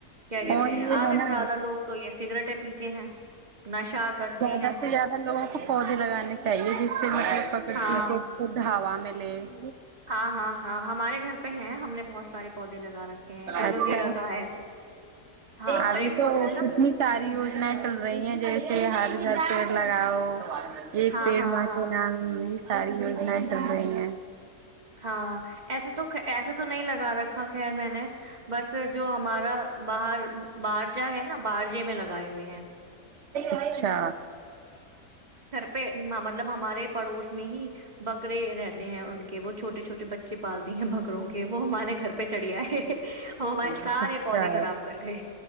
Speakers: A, on the right; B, on the right.
A: کیا کہتے
B: اور
A: ہیں
B: یہ
A: آدھے
B: ہے
A: سے
B: نا
A: زیادہ لوگ تو یہ سگریٹیں پیتے ہیں نشہ کرتے
B: زیادہ
A: ہیں
B: سے زیادہ لوگوں کو پودے لگانے چاہیے جس سے مطلب پکتی
A: ہاں
B: کوود <unintelligible> ہوا میںیل <unintelligible>
A: ہاں ہاں ہاں ہمارے گھر پ ہیں ہم نے بہت سارے پودے لگا رکھے ہیں ایلو
B: اچھا
A: ویرا کا ہے ہاں اور
B: ابھی
A: ایک وہ
B: تو
A: ہوتا ہے نا
B: کتنی ساری یوجنایں چل رہی ہیں جیسے ہر گھر پیڑ لگاؤ ایک
A: ہاں
B: پیڑ
A: ہاں
B: م
A: ہاں
B: نام ساری یوجنائیں چل رہی ہیں
A: ہاں ایسے تو ایسا تو نہیں لگتا گا رکھا خیر میں نے بس جو ہمارا باہر باہر جا ہے نا کارجے میں لگائے ہوئے ہیں
B: اچھا
A: پ مطلب ہمارے پڑوس میں ہی بکرے رہتے ہیں ان وہ چھٹے چھٹے بچے پالتی ہیں بہت وں کے وہ ہمارے گھر پہ چڑھی آئے ہم ہمارے سارے
B: اچھا
A: پودے خراب کر گئے